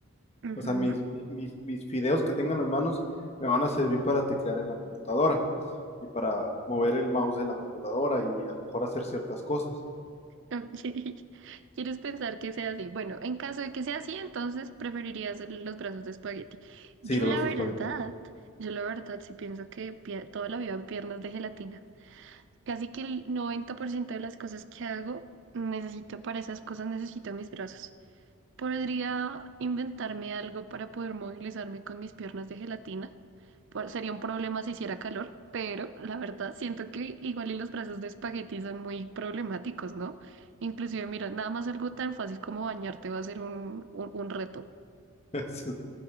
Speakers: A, on the right; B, on the left.
A: ujú,
B: O sea, mis, mi- mis, mis fideos que tengan en las manos me van a servir para teclear en la computadora y para mover el mouse de la computadora y a lo mejor hacer ciertas cosas.
A: ok. <laughs> ¿Quieres pensar que sea así? Bueno, en caso de que sea así, entonces preferirías el- los brazos de espagueti. Yo
B: Sí, lo
A: la
B: vas
A: verdad,
B: a espagueti.
A: yo la verdad sí pienso que pie- toda la vida piernas de gelatina. Casi que el 90% de las cosas que hago, necesito para esas cosas, necesito mis brazos. Podría inventarme algo para poder movilizarme con mis piernas de gelatina. Por- sería un problema si hiciera calor, pero la verdad siento que igual y los brazos de espagueti son muy problemáticos, ¿no? Inclusive, mira, nada más algo tan fácil como bañarte va a ser un, un, un reto.
B: <laughs> Eso,